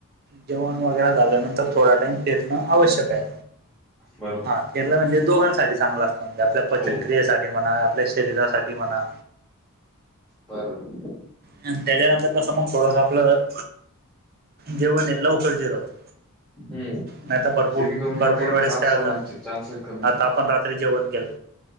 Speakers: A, on the right; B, in the centre.
A: जेवण वगैरे झाल्यानंतर थोडा टाइम फीरण आवश्यक आहे
B: बरोंर
A: हा केलं म्हणजे दोघांसाठी चांगलं असतं म्हणजे आपल्या पचनक्रियेसाठी
B: हो
A: म्हणा आपल्या शरीरासाठी म्हणा
B: बरोबर
A: आणि त्याच्यानंतर कसं मग थोडस आपलं जेवन हे लवकर जिरवत
B: हम्म
A: नाही तर भरपूर
B: जेणेकरून मग
A: भरपूर
B: काही
A: वेळेस
B: त्रास
A: काय
B: होण्याचे
A: होता
B: चान्सेस कमी
A: आता आपण रात्री जेवण केेल